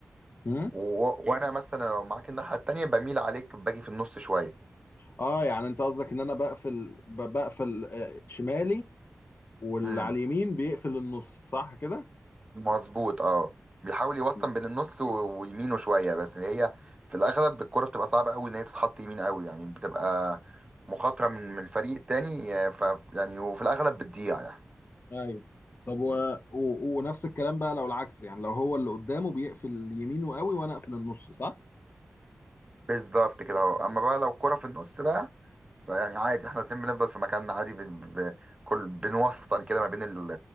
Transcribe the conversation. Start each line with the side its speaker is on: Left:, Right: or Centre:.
Left: امم
Right: و... مم. وانا مثلا لو معاك الناحيه التانيه بميل عليك باجي في النص شويه
Left: اه يعني انت قصدك ان انا بقفل ب- بقفل آه، شمالي واللي
Right: امم
Left: على اليمين بيقفل النص صح كده
Right: مظبوط اه بيحاول يوصل
Left: مم.
Right: بين النص و... ويمينه شويه بس اللي هي في الاغلب الكره بتبقى صعبه قوي ان هي تتحط يمين قوي يعني بتبقى مخاطره من من الفريق التاني آه، ف يعني وفي الاغلب بتضيع يعني
Left: ايوه طب و... و... ونفس الكلام بقى لو العكس يعني لو هو اللي قدامه بيقفل يمينه قوي وانا اقفل النص صح
Right: بالظبط كده اهو اما بقى لو كرة في النص بقى فيعني عادي احنا الاتنين بنفضل في مكاننا عادي ب... ب... كل بنوسطن كده ما بين ال...